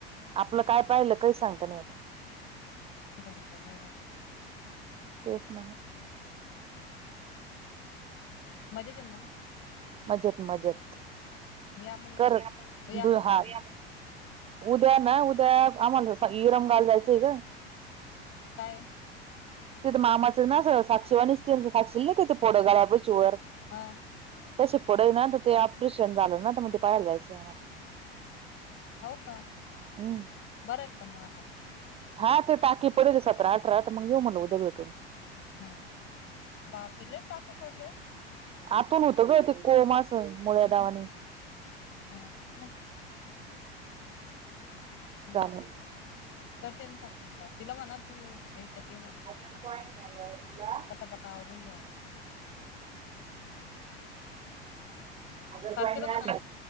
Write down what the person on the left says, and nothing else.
घडीचा नाही बर
मजेत हाय ना मग
या मग
या
मग
काय
हा
हाव का
बरं हायत पण मग आता.
हा बापरे लयच टाके पडले हो
हा मग ह
करते मी साक्षीला कॉल तिला म्हणा तू एक तर ते म्हणा
पटापटा आवरून घ्या
साक्षीला
म्हणा